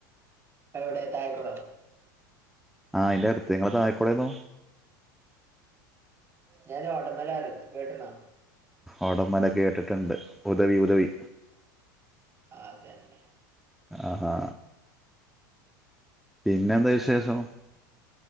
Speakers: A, on the right; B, in the centre.
A: എവടെ താഴെകൊടോ
B: ആഹ് അന്റെറെ അടുത്ത് നിങ്ങ തായക്കോടെന്നോ
A: ഞാന ഉടമലാര കേട്ടുന്നാ
B: ഒടമല കേട്ടിട്ടുണ്ട് ഉദവി ഉദവി
A: ആ അതന്നെ
B: ആഹാ പിന്നെ എന്താ വിശേഷം